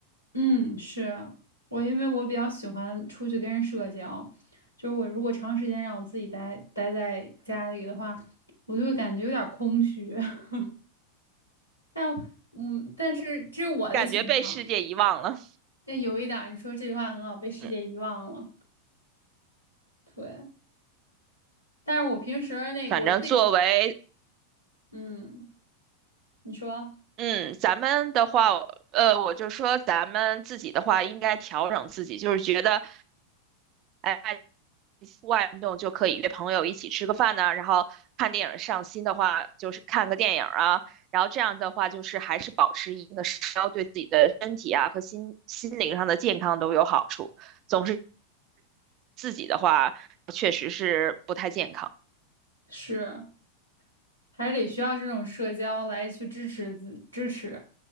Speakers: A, on the left; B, on the right.
A: 嗯，是我，因为我比较喜欢出去跟人社交，就是我如果长时间让我自己待待在家里的话，我就会感觉有点儿空虚。<laughs> 但嗯，但是这是我的情况。
B: 感觉被世界遗忘了。
A: 那有一点儿你说这句话很好，被世界遗忘了。
B: 嗯，
A: 对，但是我平时那个我自己，
B: 反正作为
A: 嗯，你说
B: 嗯咱们的话，呃，我就说咱们自己的话，应该调整自己，就是觉得。哎，户外运动就可以约朋友一起吃个饭呐、啊然后看电影上新的话就是看个电影啊，然后这样的话就是还是保持一定的社交，对自己的身体啊和心心灵上的健康都有好处。总是自己的话，确实是不太健康
A: 是。还是得需要这种社交来去支持自支持，